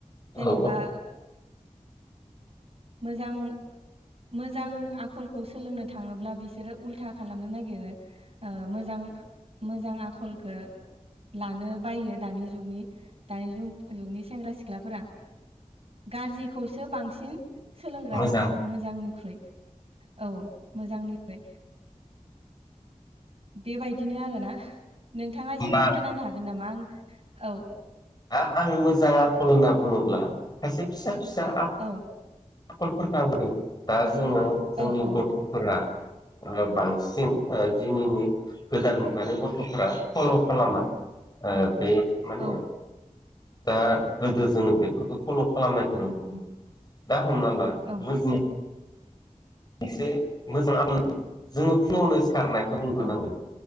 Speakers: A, on the right; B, on the left.
A: जेनेबा
B: औ औ
A: मोजां मोजां आखलखौ सोलोंनो थांङोब्ला बिसोरो उल्था खालामनो नागिरो मोजां मोजां आखल खो लानो बायो दानि जुगनि दानि जुगनि सेंग्रा सिख्लाफोरा गाज्रिखौसो बांसिन सोलोंग्रा
B: मोजां
A: जाबाय मोजांनिख्रु औ मोजांनिख्रु बेबायदिनो आरोना नोंथांङा एसे
B: होमबा
A: फोरमायना होनो हागोन नामा आं औ
B: दा आं मोजां आखल होनना बुङोब्ला खायसे फिसा फिसा आल
A: औ
B: फुटबलफोर गाबदों दा जोंङो जोंनि
A: औ औ
B: गथफोरा बांसिन दिनैनि गोदान मुगानि गथफोरा फल खालामा
A: औ
B: बे माने
A: औ
B: दा गोदो जोंङो बेफोरखौ फल खालामनायखौ नुनो मोनो दा हमना ला
A: औ
B: मोज मोनसे मोजां आं जोंङो फुङावनो सिखारनायखौ बुंगो
A: औ
B: <unintelligible> नांगोन